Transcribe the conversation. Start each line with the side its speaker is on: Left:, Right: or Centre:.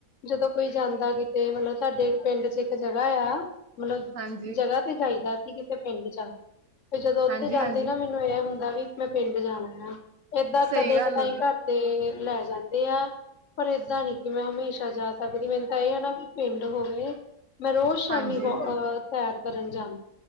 Left: ਜਦੋਂ ਕੋਈ ਜਾਂਦਾ ਕਿਤੇ। ਮਤਲਬ ਸਾਡੇ ਪਿੰਡ ਚ' ਇੱਕ ਜਗ੍ਹਾ ਆ। ਮਤਲਬ
Right: ਹਾਂਜੀ
Left: ਜਗ੍ਹਾ ਖਿਝ ਜਾਈਦਾ ਤੀ ਕਿਤੇ ਪਿੰਡ 'ਚ ਆ। ਤੇ ਜਦੋਂ ਉੱਥੇ
Right: ਹਾਂਜੀ-ਹਾਂਜੀ,
Left: ਜਾਂਦੇ ਨਾ, ਮੈਨੂੰ ਹੁਣ ਇਹ ਹੁੰਦਾ ਵੀ ਮੈਂ ਪਿੰਡ ਜਾਣਾ ਆ। ਏਦਾਂ
Right: ਸਹੀ
Left: ਕਦੇ-ਕਦਾਈ
Right: ਗੱਲ ਹੈ ਜੀ,
Left: ਘੱਟ ਤੇ ਲੈ ਜਾਂਦੇ ਆ। ਪਰ ਏਦਾਂ ਨੀ ਕਿ ਮੈਂ ਹਮੇਸ਼ਾ ਜਾ ਸਕਦੀ। ਮੈ ਇਹ ਨਾ ਕਿ ਪਿੰਡ ਹੋਵੇ। ਮੈਂ ਰੋਜ਼ ਸ਼ਾਮੀ
Right: ਹਾਂਜੀ।
Left: ਹੋ ਅਹ ਸੈਰ ਕਰਨ ਜਾਵ